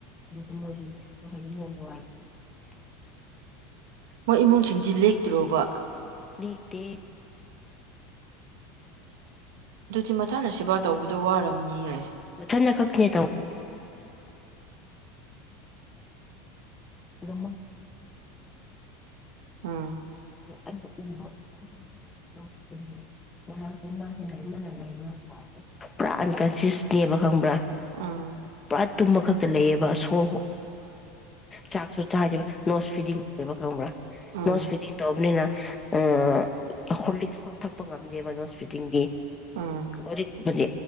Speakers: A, on the left; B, on the right.
A: ꯑꯗꯨꯁꯨ ꯃꯣꯏꯁꯨ ꯌꯦꯁ ꯁꯨ ꯍꯥꯏꯅꯤꯡꯑꯣꯏ <unintelligible>
B: ꯃꯣꯏ ꯏꯃꯨꯡꯁꯤꯡꯗꯤ ꯂꯦꯛꯇ꯭ꯔꯣꯕ
A: ꯂꯦꯛꯇꯦ <unintelligible>
B: ꯑꯗꯨꯗꯤ ꯃꯊꯪꯗ ꯁꯦꯕꯥ ꯇꯧꯕꯗꯣ ꯋꯥꯔꯝꯅꯤꯌꯦ
A: ꯃꯊꯟꯗ ꯈꯛꯇꯅꯦ ꯇꯧꯕꯗꯣ ꯎꯝꯝ
B: ꯎꯝ
A: ꯑꯗꯨ ꯎꯕꯁꯦ ꯉꯔꯥꯡꯁꯦ ꯃꯥꯁꯦ ꯃꯥꯅ ꯂꯩꯕ ꯎꯕꯁꯦ ꯄꯨꯔꯥ ꯑꯟꯀꯟꯁꯤꯌꯁ ꯅꯦꯕ ꯈꯪꯕ꯭ꯔꯥ
B: ꯎꯝ
A: ꯑꯠ ꯇꯨꯝꯕ ꯈꯛꯇ ꯂꯩꯌꯦꯕ ꯁꯣꯔ ꯍꯣꯡꯕ ꯈꯕ ꯆꯥꯛꯁꯨ ꯆꯥꯗꯦꯕ ꯅꯣꯁ ꯐꯤꯗꯤꯡ ꯇꯧꯋꯦꯕ ꯈꯪꯕ꯭ꯔꯥ
B: ꯎꯝ
A: ꯅꯣꯁ ꯐꯤꯗꯤꯡ ꯇꯧꯕꯅꯤꯅ ꯑ ꯍꯣꯔꯂꯤꯛꯁ ꯐꯥꯎ ꯊꯛꯄ ꯉꯝꯗꯦꯕ ꯅꯣꯁꯐꯤꯗꯤꯡꯗꯤ
B: ꯎꯝ
A: ꯍꯧꯖꯤꯛ ꯄꯨꯗꯤ